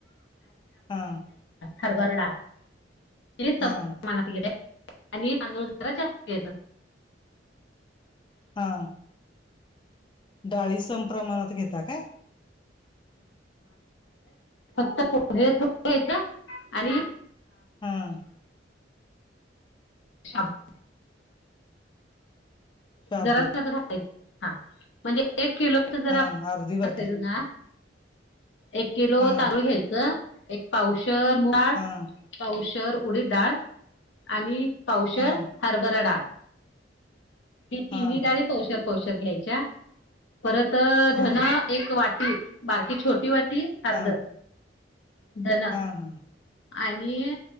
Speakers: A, on the left (about 25°); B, on the left (about 80°).
A: हा
B: हरबरडा ति
A: हा
B: समानात गिरे आणि तांदूळ जरा जास्त येतात.
A: हा डाळी समप्रमाणात घेता काय‌.
B: फक्त <unintelligible> <inaudible> आणि
A: हम
B: शाबू
A: शाबू
B: जरा <inaudible> घालायच हा म्हणजे एक किलोच जरा
A: हा अर्धी
B: <inaudible>
A: वाटी
B: ना एक किलो
A: हा
B: तांदूळ घ्यायचं एक पावशर डाळ
A: हा
B: पावशर उडीद डाळ आणि पावशर
A: हा
B: हरभरा डाळ. ती
A: हा
B: तिन्ही
A: हा
B: डाळी पौशर पौशर घ्यायच्या परत
A: हा
B: धन एक वाटी. बारकी छोटी वाटी अर्ध
A: हा
B: धन
A: हा हा
B: आणि